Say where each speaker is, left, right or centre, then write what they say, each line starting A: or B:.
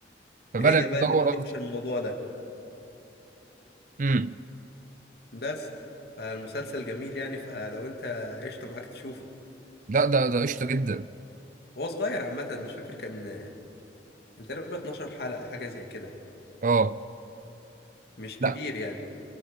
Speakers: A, on the right (about 45°); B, on the left (about 60°).
A: فبدأت
B: هي بقى
A: تدور
B: اللي بتقفش
A: اكتر
B: الموضوع ده
A: امم
B: بس فالمسلسل جميل يعني فلو انت قشطة معاك تشوفه
A: لا ده ده قشطه جدا
B: هو صغير عامة مش فاكر كان كان تقريبا 12 حلقة حاجة زي كده
A: اه
B: مش كبير
A: لا
B: يعني